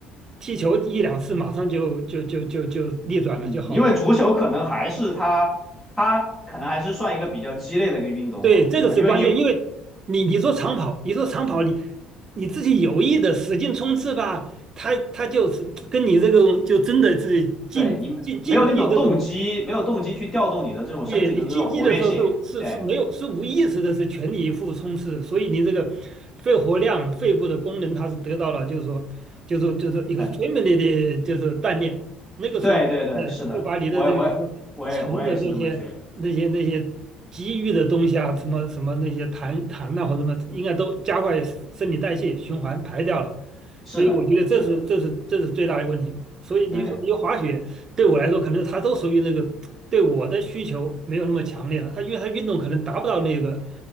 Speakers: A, on the right (about 25°); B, in the centre.
A: 踢球一两次，马上就就就就就逆转了就好了。
B: 嗯，因为足球可能还是它，它可能还是算一个比较鸡肋的一个运动嘛，
A: 对，这个是关键，
B: 对吧？因为你
A: 因为你你说长跑，你说长跑，你你自己有意的使劲冲刺吧，他他就是跟你这个就真的是竞竞竞技这种
B: 对你没有那种动机，没有动机去调动你的这种身体的这种活跃性，
A: 你你竞技的时候是是是没有是无意识的，
B: 对。
A: 是全力以赴冲刺，所以你这个肺活量、肺部的功能它是得到了，就是说，就是说就是 extremely
B: 很
A: 的，就是锻炼。那个时候，
B: 对对对，
A: 呃，
B: 是的，
A: 就把你的这个什么沉的这些那些那些积郁的东西啊，
B: 我也我也我也我也是这么觉得。
A: 什么什么那些痰痰呐、或者什么，应该都加快身体代谢循环排掉了。
B: 是的，
A: 所以我觉得这是这是这是最大的问题。
B: 是的，
A: 所以你说你滑雪。
B: 对
A: 对我来说，可能他都属于那个对我的需求没有那么强烈了。他因为他运动可能达不到那个